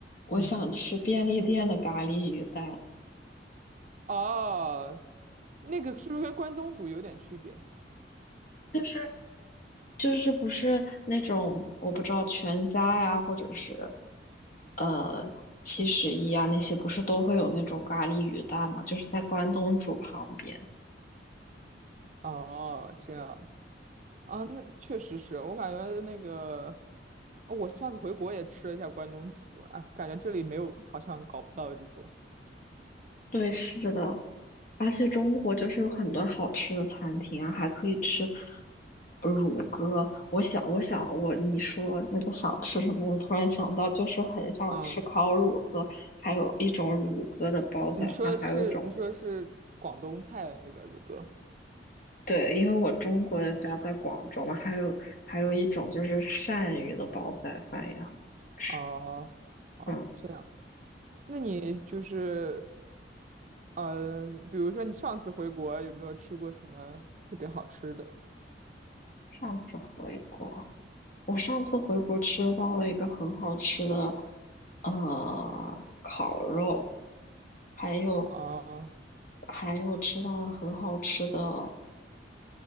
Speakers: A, on the left; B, on the right.
A: 我想吃便利店的咖喱鱼蛋，
B: 嗯，哦，那个是不是跟关东煮有点区别？
A: 就是就是不是那种我不知道全家呀，或者是呃七十一啊那些，不是都会有那种咖喱鱼蛋嘛？就是在关东煮旁边。
B: 哦，这样子啊，那确实是我感觉那个，我上次回国也吃了一下关东煮，哎，感觉这里没有，好像搞不到这种。
A: 对，是的，而且中国就是有很多好吃的餐厅啊，还可以吃乳鸽。我想，我想，我你说那个想吃什么，我突然想到，就是很想吃烤乳鸽，
B: 嗯，
A: 还有一种乳鸽的煲仔饭，
B: 你说的是你说的是广东菜的那个乳鸽。
A: 还有一种对，因为我中国的家在广州嘛，还有还有一种就是鳝鱼的煲仔饭也很吃。
B: 哦，哦，
A: 嗯，
B: 这样，那你就是呃，比如说你上次回国有没有吃过什么特别好吃的？
A: 上次回国。我上次回国吃到了一个很好吃的，呃，烤肉，还有
B: 啊，
A: 还有吃到了很好吃的，